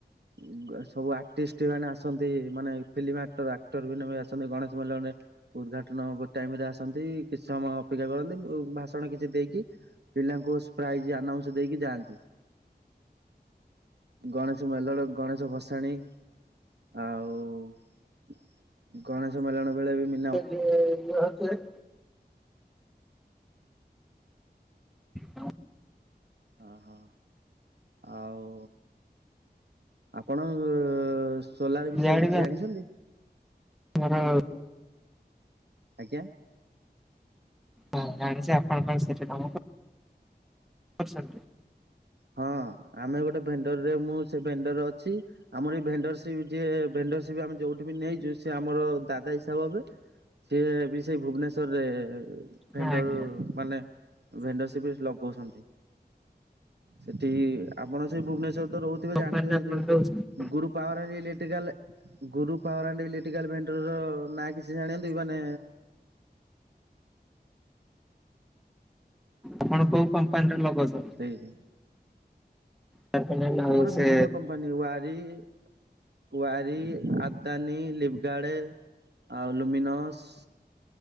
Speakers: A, on the right (about 80°); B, in the centre.
A: ଉଁ ସବୁ ଆର୍ଟିଷ୍ଟ ମାନେ ଆସନ୍ତି ମାନେ ଫିଲ୍ମ ଆକ୍ଟର ଆକ୍ଟର ମାନେ ବି ଆସନ୍ତି ଗଣେଶ ମଲଣରେ। ଉଦ୍ଦଘାଟନ ହବା ଟାଇମ୍ ରେ ଆସନ୍ତି କିଛି ସମୟ ଅପେକ୍ଷା କରନ୍ତି ଆଉ ଭାଷଣ କିଛି ଦେଇକି ପିଲାଙ୍କୁ ସ ପ୍ରାଇଜ୍ ଆନାଉନ୍ସ୍ ଦେଇକି ଯାଆନ୍ତି। ଗଣେଶ ମେଲଣ ଗଣେଶ ଭସାଣୀ ଆଉ ଗଣେଶ ମେଲଣ ବେଳେ ବି ମି
B: ଯେ ସିଏ ଇଏ ହଉଛି ହଉ।
A: ଓ ହୋ ଆଉ ଆପଣ ସୋଲାର ବିଷୟରେ
B: ଇଆଡେ
A: କିଛି
B: ବି
A: ଜାଣିଛନ୍ତି?
B: ଆମର
A: ଆଜ୍ଞା।
B: ହଁ ଜାଣିଛ ଆପଣଙ୍କ ପାଇଁ ସେଠି କଣ କଣ ଅଛନ୍ତି।
A: ହଁ ଆମେ ଗୋଟେ ଭେଣ୍ଡରରେ ମୁଁ ସେ ଭେଣ୍ଡରରେ ଅଛି ଆମର ଏଇ ଭେଣ୍ଡର ସେ ସେ ଯିଏ ଭେଣ୍ଡରସିପ୍ ଆମେ ଯୋଉଠି ବି ନେଇଛୁ ସିଏ ଆମର ଦାଦା ହିସାବ ହେବେ। ସିଏ ବି ସେଇ ଭୁବନେଶ୍ୱରରେ ଭେଣ୍ଡର
B: ହଁ ଆଜ୍ଞା
A: ମାନେ ଭେଣ୍ଡରସିପ୍ ଲଗଉଛନ୍ତି। ସେଠି ଆପଣ ସେ ଭୁବନେଶ୍ୱରରେ ତ ରହୁଥିବେ
B: କମ୍ପାନୀରେ
A: ଜାଣିଥିବେ ସେ
B: ଆପଣ
A: ଯୋଉ
B: ଦଉଛନ୍ତି
A: ବୋ Guru power electrical Guru power and electrical vendor ର ନାଁ କିଛି ଜାଣନ୍ତି କି ମାନେ
B: ଆପଣ କୋଉ କମ୍ପାନୀର ଲଗଉଚ?
A: ଏହେ
B: ତାରପାନେଲ ଆଉ
A: ଆମର
B: ସେ
A: ବିଭିନ୍ନ କମ୍ପାନୀ ୱାରି ୱାରି ଆ ଦାନୀ ଲିପଗାର୍ଡ ଆଉ ଲୁମିନସ୍